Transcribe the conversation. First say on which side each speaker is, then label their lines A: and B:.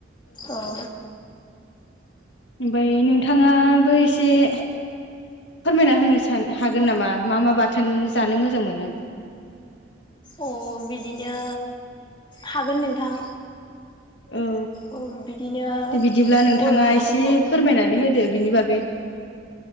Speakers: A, on the left; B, on the left.
A: औ
B: ओमफ्राय नोंथाङाबो एसे फोरमायना होनो सा हागोन नामा मा मा बाथोन जानो मोजां मोनो?
A: अ बिदिनो हागोन नोंथां।
B: औ
A: औ बिदिनो
B: दे बिदिब्ला नोंथाङा
A: बर'फ्राथ'
B: एसे फोरमायनानै होदो बिनि बागै?